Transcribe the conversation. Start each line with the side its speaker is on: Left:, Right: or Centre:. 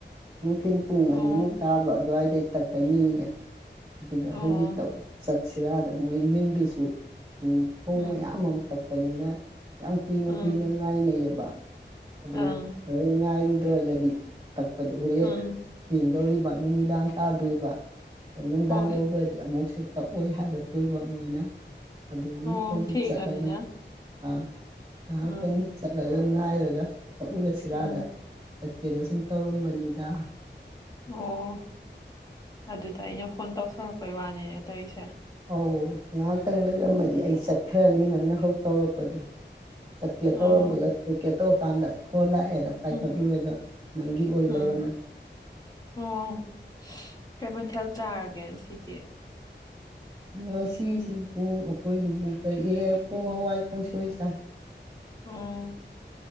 Right: ꯅꯨꯡꯊꯤꯟ ꯄꯨꯡ
Left: ꯑꯣ
Right: ꯑꯅꯤꯃꯨꯛ ꯇꯥꯕ ꯑꯗꯨꯋꯥꯏꯗꯩ ꯇꯛꯀꯅꯤꯑꯦ꯫ ꯑꯗꯨꯗ
Left: ꯑꯣ
Right: ꯍꯧꯖꯤꯛ ꯇꯛꯄ ꯆꯠꯁꯤꯔꯥꯗ ꯃꯣꯏ ꯃꯤꯟꯗꯨꯁꯨ ꯑꯝ ꯐꯧ
Left: ꯎꯝ
Right: ꯃꯌꯥꯝ ꯑꯃ ꯇꯛꯄꯅꯤꯅ ꯌꯥꯝ ꯀꯨꯏꯅ
Left: ꯎꯝ
Right: ꯀꯨꯏꯅ ꯉꯥꯏꯅꯩꯌꯦꯕ ꯑꯗꯨ
Left: ꯑꯪ
Right: ꯈꯔ ꯉꯥꯏꯔꯨꯗ꯭ꯔꯒꯗꯤ ꯇꯛꯄꯗꯨ ꯍꯣꯔꯦꯟ
Left: ꯎꯝ
Right: ꯊꯦꯡꯗꯧꯔꯤꯕ ꯅꯨꯃꯤꯗꯥꯡ ꯇꯥꯗꯣꯏꯕ꯫ ꯅꯨꯡꯗꯥꯡ
Left: ꯍꯣꯏ
Right: ꯌꯧꯈ꯭ꯔꯗꯤ ꯑꯃꯨꯛꯁꯨ ꯇꯛꯑꯣꯏ ꯍꯥꯏꯔꯛꯇꯣꯏꯕ ꯃꯣꯏꯅ꯫ ꯑꯗꯨꯒꯤ
Left: ꯑꯣ
Right: ꯍꯧꯖꯤꯛ
Left: ꯊꯦꯡꯉꯅꯤꯅ
Right: ꯆꯠꯂꯒ ꯑꯥ ꯉꯥꯍꯥꯛꯇꯪ
Left: ꯎꯝ
Right: ꯆꯠꯂꯒ ꯉꯥꯏꯔꯒ ꯇꯛꯎꯔꯁꯤꯔꯥꯗ
Left: ꯎꯝ
Right: ꯀꯦꯅ ꯁꯨꯝ ꯇꯧꯔꯝꯕꯅꯤꯗ꯫
Left: ꯑꯣ ꯑꯗꯨꯗ ꯑꯩꯅ ꯐꯣꯟ ꯇꯧꯁꯜꯂꯛꯄꯩ ꯋꯥꯅꯤꯅꯦ ꯇꯧꯔꯤꯁꯦ꯫
Right: ꯑꯧ ꯉꯥꯏꯍꯥꯛꯇꯪ ꯂꯩꯔꯝꯃꯗꯤ
Left: ꯎꯝ
Right: ꯑꯩ ꯆꯠꯈ꯭ꯔꯅꯤ ꯅꯪꯅ ꯍꯧ ꯇꯧꯔꯛꯄꯗꯨ꯫ ꯆꯠꯀꯦ
Left: ꯑꯣ
Right: ꯇꯧꯔꯝꯕꯒ ꯊꯣꯛꯀꯦ ꯇꯧꯔ ꯀꯥꯟꯗ ꯐꯣꯟ ꯂꯥꯛꯑꯦꯗ꯫ ꯄꯥꯏꯈꯠꯂꯨꯔꯒ
Left: ꯎꯝ
Right: ꯅꯪꯒꯤ ꯑꯣꯏ
Left: ꯎꯝ
Right: ꯂꯩꯔꯝꯃꯤ꯫
Left: ꯑꯣ ꯀꯩ ꯃꯊꯦꯜ ꯆꯥꯔꯒꯦ ꯉꯁꯤꯗꯤ꯫
Right: ꯉꯁꯤꯁꯤꯕꯨ ꯑꯩꯈꯣꯏꯗꯨꯕꯨ ꯀꯔꯤ ꯑꫭ ꯄꯨꯡ ꯍꯋꯥꯏ ꯀꯥꯡꯁꯣꯏ ꯆꯥꯏ꯫
Left: ꯎꯝ